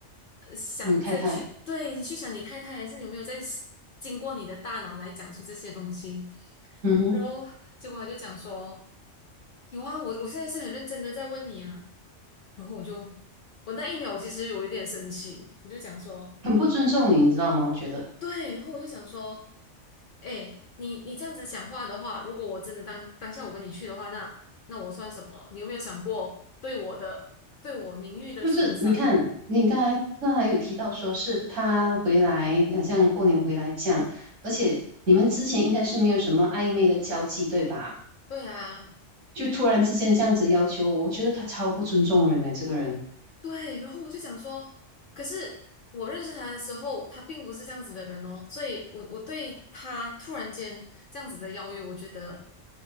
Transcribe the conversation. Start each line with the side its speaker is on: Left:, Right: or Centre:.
Left: 呃想再去，
Right: 你太太，
Left: 对，你去想你太太，还是你有没有在经过你的大脑来讲出这些东西？
Right: 嗯哼，
Left: 然后结果他就讲说。有啊，我我现在是很认真的在问你啊。然后我就，我那一秒我其实有一点生气，我就讲说，
Right: 很不尊重你，你知道吗？我觉得
Left: 对，然后我就讲说，哎，你你这样子讲话的话，如果我真的当当下我跟你去的话，那那我算什么？你有没有想过对我的对我名誉的损伤？
Right: 不是，你看你刚才刚才有提到说是他回来，好像过年回来这样，而且你们之前应该是没有什么暧昧的交际，对吧？
Left: 对啊，
Right: 就突然之间这样子要求我，我觉得他超不尊重人的这个人
Left: 对，然后我就讲说，可是我认识他的时候，他并不是这样子的人哦，所以我我对他突然间这样子的邀约，我觉得